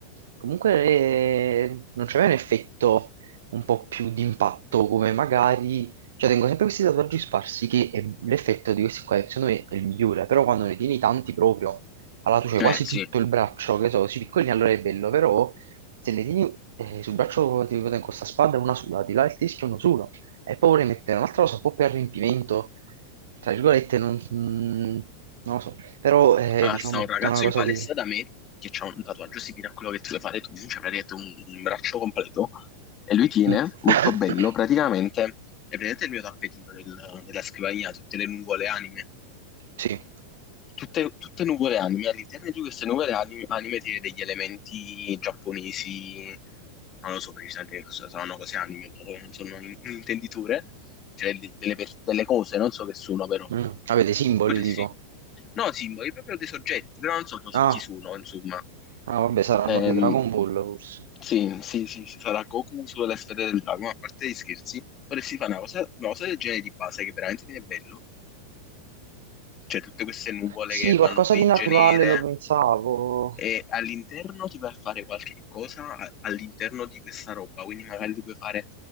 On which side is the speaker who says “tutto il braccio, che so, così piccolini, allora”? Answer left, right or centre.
Right